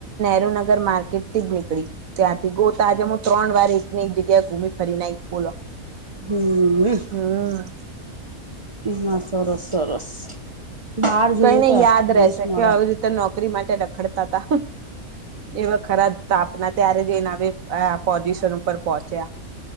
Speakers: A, on the right; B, on the right.
A: દ્રનગર માર્કેટથી જ નીકળી. ત્યાંથી ગો તા આજે મુ ત્રણ વાર એક ને એક જગ્યાએ ઘુમી ફરી ન આઈ. બોલો
B: હમ.
A: હમ
B: ના સરસ સરસ. બહાર જઈએ
A: કઈ નઈ
B: તો
A: યાદ
B: એક્સપિરિયન્સ
A: રહેશે
B: મળે
A: કે આવી રીતે નોક કરી માટે રખડતા તા. એવા ખરા તાપના ત્યારે જ એ નવી અઅ પોઝિશન ઉપર પહોંચ્યા.